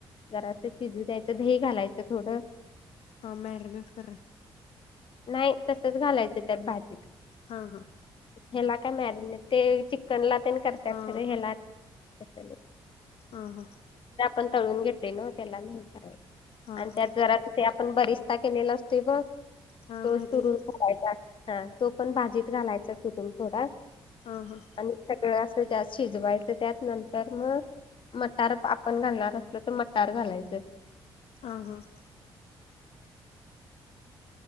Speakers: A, on the left; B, on the left.
A: जरासं शिजू द्यायचं. दही घालायचं थोडं.
B: हां. मॅरीनेट करा.
A: नाही तसंच घालायचं त्यात भाजीत.
B: हा. हा.
A: ह्याला काय मॅरीने, ते चिकनला- तेन करतात
B: हा
A: खर. याला तसं नाही.
B: हा हा
A: ण तळून घेतलेल न त्याला <unintelligible>
B: हा
A: आणि
B: हा
A: त्यात जरा - ते आपण बरिस्ता केलेला असतोय बघ.
B: हा
A: तो
B: माहित
A: चुरून.
B: आहे की.
A: <unintelligible> हां. तो पण भाजीत घालायचा चुरून थोडा.
B: हा हा
A: आणि सगळं असं <unintelligible> शिजवायचं त्यात नंतर मग- मटार आपण घालणार असलो तर मटार घालायचे.
B: हां. हां.